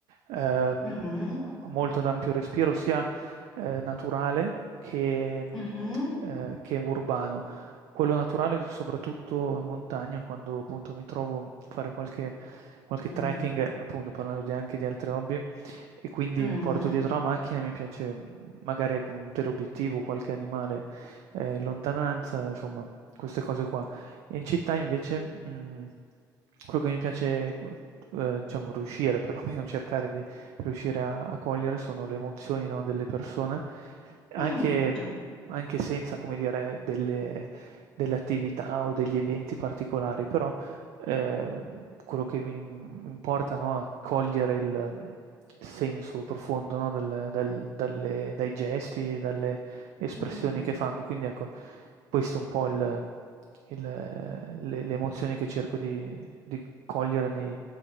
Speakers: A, on the right; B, on the left.
A: ehm,
B: Mhm,
A: molto ad ampio respiro, sia eh, naturale che, mh,
B: mhm,
A: eh, che urbano. Quello naturale, soprattutto in montagna, quando appunto mi trovo a fare qualche, qualche trekking,
B: mm,
A: appunto parlando di- anche di altri hobby, e quindi
B: mm.
A: mi porto dietro la macchina, mi piace mh, magari con un teleobiettivo, qualche animale, eh, in lontananza, insomma, queste cose qua. E in città invece mh, quello che mi piace, eh, diciamo, riuscire, perlomeno cercare di riuscire a, a cogliere sono le emozioni, no, delle persone, anche,
B: Mm,
A: mh, anche senza, come dire, delle, delle attività o degli eventi particolari, però Ehm, quello che mi importa, no, è cogliere il, mhmm, il senso profondo, no, del del dalle dai gesti, dalle espressioni
B: mm, mm,
A: che fanno. Quindi ecco, questo è un po' il il le le emozioni che cerco di di cogliere nei